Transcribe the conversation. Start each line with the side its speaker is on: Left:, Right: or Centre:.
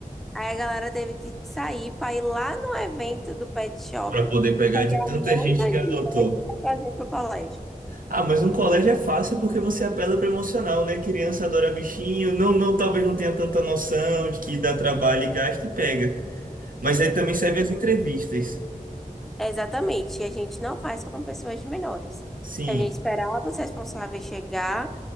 Centre: Aí a galera teve que sair para ir lá no evento do pet shop,
Right: Para poder pegar
Centre: pegar
Right: de tanta
Centre: mais
Right: gente
Centre: animais
Right: que adotou.
Centre: para trazer para o colégio.
Right: Ah, mas um colégio é fácil porque você apela para emocional, né? Criança adora bichinho, não, não, talvez não tenha tanta noção de que dá trabalho e gasta e pega. Mas aí também serve as entrevistas.
Centre: Exatamente. E a gente não faz com pessoas menores.
Right: Sim.
Centre: Então a gente esperava os responsáveis chegar